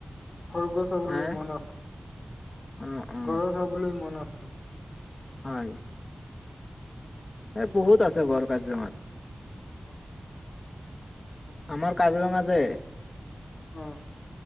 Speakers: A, on the left (about 65°); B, on the left (about 50°).
A: খৰ্গ চাবলৈ
B: হা
A: মন আছে,
B: অ অ
A: গড়ৰ চাবলৈ মন আছে। অ'
B: হয়। এ বহুত আছে গড় কাজিৰঙাত।
A: উ, অ'
B: আমাৰ কাজিৰঙা যে।
A: অ